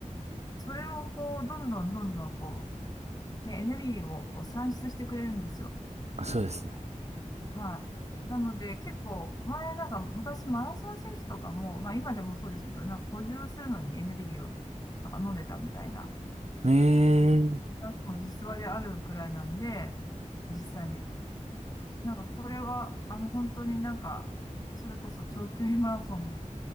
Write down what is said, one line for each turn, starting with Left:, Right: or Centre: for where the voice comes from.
Left: それをこう、どんどんどんどんこう、ね、エネルギーをこう産出してくれるんですよ。
Right: ん。そうですね。
Left: はい。なので、結構、前なんか、昔マラソン選手とかも、まあ今でもそうですけど、なんか補充するのにエネルギーをなんか飲んでたみたいな
Right: ええー。
Left: なんか実話であるくらいなんで、実際に。なんかこれは、あの、本当になんか、それこそ長距離マラソン